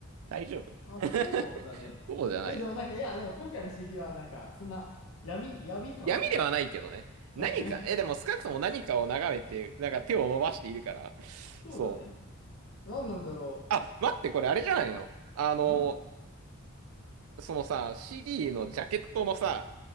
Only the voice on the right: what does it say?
大丈夫
<laughs>
そうじゃないよ。
闇ではないけどね。何か、
え、でも少なくとも何かを眺めて、なんか手を伸ばしているから。
そう。
あ、待って、これあれじゃないのあの、
そのさ、CD のジャケットのさ、